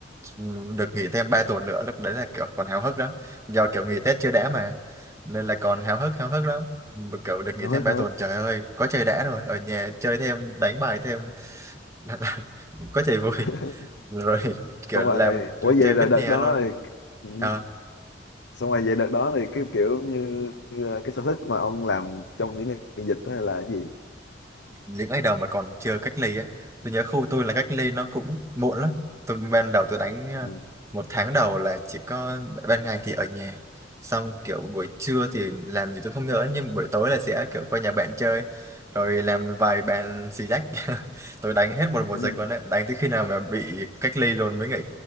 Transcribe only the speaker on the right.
ừm, được nghỉ thêm 3 tuần nữa lúc đấy là kiểu còn háo hức lắm do kiểu nghỉ Tết chưa đã mà nên là còn háo hức háo hức lắm Mà kiểu được nghỉ
thêm 3
tuần trời ơi có chơi đã rồi ở nhà chơi thêm đánh bài thêm <laughs> có chạy vui
rồi kiểu
làm
chơi bết
nhè
luôn
Ờ,
những ngày đầu mà còn chưa cách ly á tôi nhớ khu tôi là cách ly nó cũng muộn lắm tôi ban đầu tôi đánh à,
một tháng đầu là chỉ có ban ngày thì ở nhà xong kiểu buổi trưa thì làm gì tôi không nhớ nhưng buổi tối là sẽ kiểu qua nhà bạn chơi rồi làm vài bàn xì dách <laughs> tôi đánh hết một mùa
dịch luôn đấy đánh tới khi nào mà bị cách ly luôn mới nghỉ